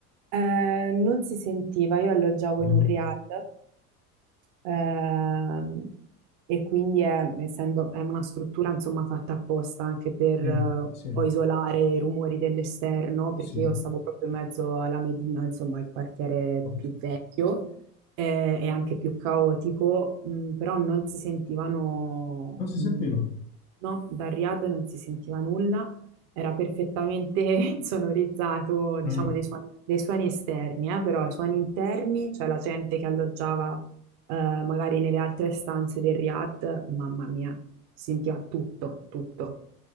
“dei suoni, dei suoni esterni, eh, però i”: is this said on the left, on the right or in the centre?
Right